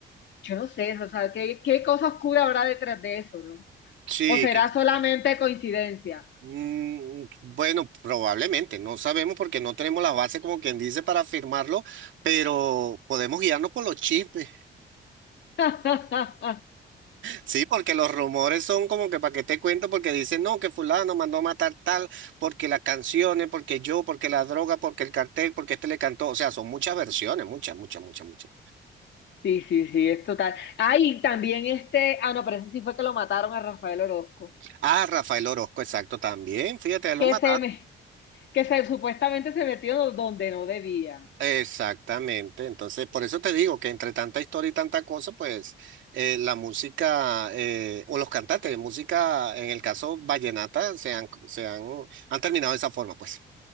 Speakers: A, on the left (about 65°); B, on the right (about 70°).
A: yo no sé, o sea, ¿qué, qué cosa oscura habrá detrás de eso, ¿no?
B: Sí,
A: ¿O será solamente coincidencia?
B: Mm, bueno, probablemente, no sabemos porque no tenemos la base como quien dice para afirmarlo, pero podemos guiarnos por los chismes. <laughs>
A: <laughs>
B: Sí, porque los rumores son como que para qué te cuento, porque dicen, no, que fulano mandó a matar tal, porque las canciones, porque yo, porque la droga, porque el cartel, porque este le cantó. O sea, son muchas versiones, muchas, muchas, muchas, muchas.
A: Sí, sí, sí, es total. Ah, y también este, ah, no, pero ese sí fue que lo mataron a Rafael Orozco,
B: Ah, Rafael Orozco, exacto, también, fíjate, lo
A: que
B: mataron.
A: se me, que se supuestamente se metió donde no debía.
B: Exactamente, entonces por eso te digo que entre tanta historia y tanta cosa, pues eh, la música eh, o los cantantes de música, en el caso vallenata, se han, se han, han terminado de esa forma, pues.